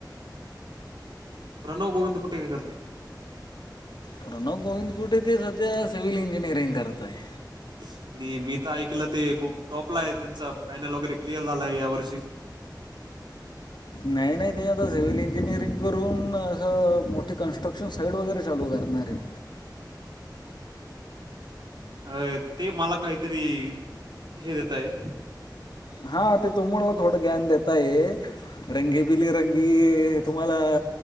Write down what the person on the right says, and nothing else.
प्रणो गोविंद कुठे का करते.
ह्. आणि मी तर ऐकलं ते खूप टॉपला आहे त्यांचा पॅनल वगैरे क्लिअर झालाय या वर्षी
अ ते मला काहीतरी हे देतय.